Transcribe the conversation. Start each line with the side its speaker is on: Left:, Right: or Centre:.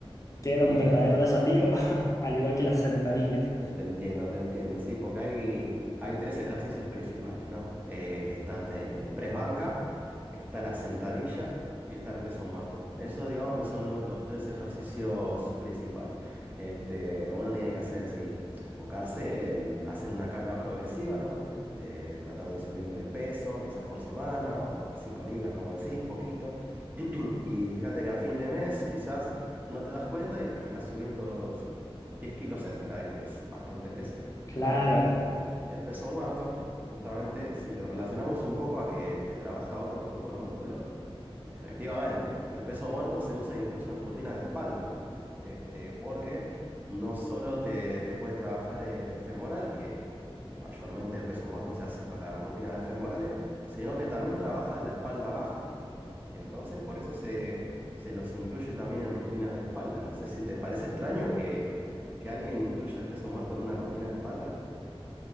Left: que
Right: Sí.
Left: era un verdadero desafío, <laughs> al igual que las sentadillas.
Right: Te entiendo, te entiendo. Sí, porque hay, hay tres ejercicios principales, ¿no? Eh, está el press banca, está la sentadilla y está el peso muerto. Eso, digamos que son lo- los tres ejercicios principales. Este, uno tiene que hacer, sí, enfocarse en hacer una carga progresiva, ¿no? De tratar de ir subiéndole peso, quizás por semana, o las 5 libras, como decís, poquito. <clears throat> Y fíjate que a fin de mes, quizás no te das cuenta y terminás subiendo 10 kilos extra y es bastante peso.
Left: Claro.
Right: Ahora, el, el peso muerto, justamente si lo relacionamos un poco a que te trabaja otros tipos de músculo, efectivamente, el peso muerto se usa incluso en rutinas de espalda, este, porque no solo te, te puede trabajar eh, el femoral, que mayormente el peso muerto se hace para rutinas de femorales, sino que también trabaja la espalda baja. Entonces, por eso se, se los incluye también en rutinas de espalda. No sé si te parece extraño que, que alguien incluya el peso muerto en una rutina de espalda.